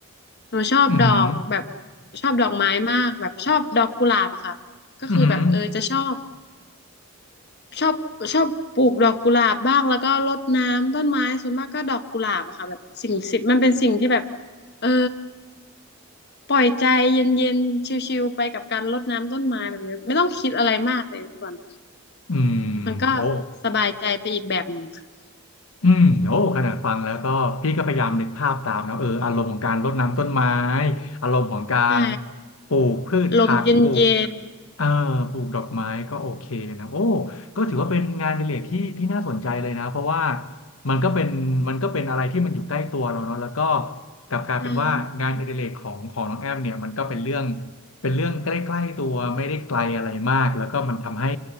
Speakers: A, on the left; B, on the left.
A: หนูชอบดอกแบบ
B: อือหือ
A: ชอบดอกไม้มากแบบชอบดอกกุหลาบอะค่ะก็คือแบบเออจะชอบ
B: อือหือ
A: ชอบชอบปลูกดอกกุหลาบบ้างแล้วก็รดน้ำต้นไม้ส่วนมากก็ดอกกุหลาบอะค่ะแบบสิ่งสิมันเป็นสิ่งที่แบบเออปล่อยใจเย็นๆชิลๆไปกับการรดน้ำต้นไม้แบบนี้ไม่ต้องคิดอะไรมากเลยพี่บอล
B: อืม
A: มันก็
B: โอ้
A: สบายใจไปอีกแบบหนึ่งค่ะ
B: อืมโอ้ขนาดฟังแล้วก็พี่ก็พยายามนึกภาพตามนะเอออารมณ์ของการรดน้ำต้นไม้อารมณ์ของการ
A: ใช่
B: ปลูกพืชผักปลูก
A: ลมเย็นเย็น
B: เอ่อปลูกดอกไม้ก็โอเคนะโอ้ก็ถือว่าเป็นงานอดิเรกที่ที่น่าสนใจเลยนะเพราะว่ามันก็เป็นมันก็เป็นอะไรที่มันอยู่ใกล้ตัวเราเนาะแล้วก็กลับกลายเป็นว่างานอดิเรกของของน้องแอมเนี่ยมันก็เป็นเรื่อง
A: อ่า
B: เป็นเรื่องใกล้ๆตัวไม่ได้ไกลอะไรมากแล้วก็มันทำให้